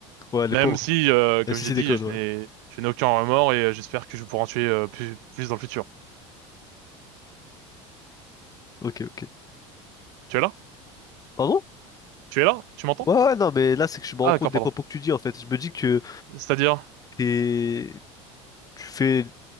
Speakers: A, on the left; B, on the right.
A: Ouais, les
B: Même
A: pauvres.
B: si, euh, comme
A: Même si
B: j'ai
A: c'est
B: dit,
A: des clones,
B: je
A: ouais.
B: n'ai, je n'ai aucun remords et euh, j'espère que je pourrai en tuer euh, plus, plus dans le futur.
A: Ok, ok.
B: Tu es là?
A: Pardon?
B: Tu es là? Tu m'entends?
A: Ouais, ouais, non, mais là c'est que je me
B: Ah
A: rends compte
B: d'accord,
A: des
B: pardon.
A: propos que tu dis en fait. Je me dis que
B: C'est-à-dire,
A: t'es- tu fais